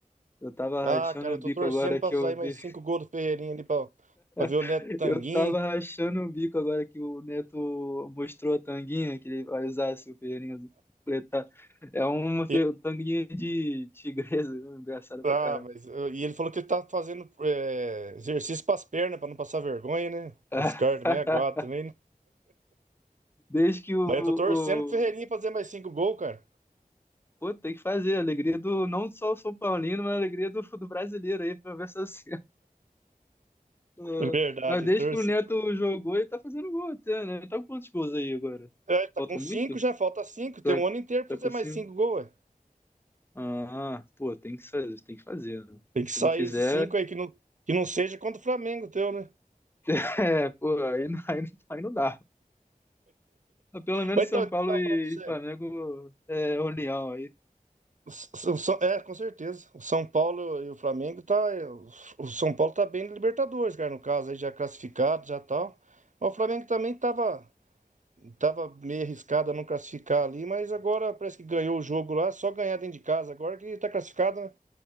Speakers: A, on the left; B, on the right.
A: Eu tava
B: Ah,
A: rachando
B: cara,
A: o
B: eu
A: bico
B: tô torcendo
A: agora
B: pra
A: que
B: sair
A: eu
B: mais
A: vi.
B: cinco gols do Ferreirinha ali pra, pra ver
A: <laughs>
B: o Neto Tanguin.
A: Eu tava rachando o bico agora que o Neto mostrou a tanguinha que ele vai usar se o Ferreirinha completar. É uma fe-
B: E,
A: tanguinha de tigresa, <laughs> engraçado
B: ah,
A: pra caralho.
B: mas eu- e ele falou que ele tá fazendo é, exercício pras pernas pra não passar vergonha, né?
A: <laughs>
B: Os caras também aguardam também, né?
A: Desde que o,
B: Mas eu tô torcendo pro Ferreirinha fazer mais cinco gols, cara.
A: Pô, tem que fazer. Alegria do, não só o São Paulino, mas a alegria do, do brasileiro aí, pra ver essa cena. <laughs> Ah,
B: É verdade,
A: Mas
B: eu
A: desde
B: torci.
A: que o Neto jogou, ele tá fazendo gol até, né? Ele Tá com quantos gols aí agora?
B: É, ele tá
A: Falta
B: com cinco,
A: muito?
B: já falta cinco. Tem
A: Tá,
B: um ano inteiro pra
A: tá
B: fazer
A: com
B: mais
A: cinco?
B: cinco gols, ué.
A: Ah, pô, tem que fazer, tem que fazer. né?
B: Tem que
A: Se
B: sair
A: não fizer,
B: esses cinco aí, que não, que não seja contra o Flamengo teu, né?
A: <laughs> é, pô, aí, não- aí, não- aí não dá. Mas Pelo menos
B: Mas então,
A: São
B: eu
A: Paulo
B: tava
A: e
B: falando pra você.
A: Flamengo é união aí.
B: O S- o São- é, com certeza. O São Paulo e o Flamengo tá. é, O São Paulo tá bem na Libertadores, cara, no caso, aí já classificado, já tal. Mas o Flamengo também tava, tava meio arriscado a não classificar ali, mas agora parece que ganhou o jogo lá, só ganhar dentro de casa agora que tá classificado, né?